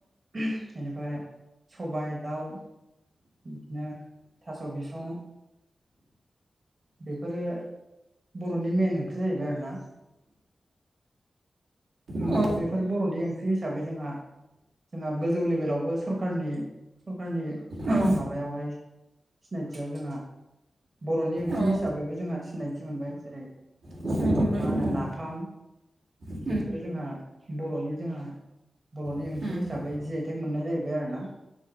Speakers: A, on the right; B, on the right.
A: बेनिफ्राय सबाय दाउ बिदिनो थास' बिसं बेफोरो बर'नि मेन ओंख्रि जाहैबाय आरो ना। उम
B: औ
A: बेफोर बर'नि ओंख्रि हिसाबै जोंहा जोंहा गोजौ लेभेलावबो सरखारनि सरखारनि
B: औ
A: माबायावहाय सिनायथियाव जोंहा बर'नि ओंख्रि
B: औ
A: हिसाबैबो जोंहा सिनायथि मोनबाय जेरै
B: सिनायथि मोनबाय
A: मा होनो
B: औ औ
A: नाफाम
B: उम औ नंगौ औ उम औ
A: बेफोरो जोंहा बर'नि जोंहा बर'नि
B: औ
A: ओंख्रि हिसाबै बै जि आइटेक मोननाय जाहैबाय आरोना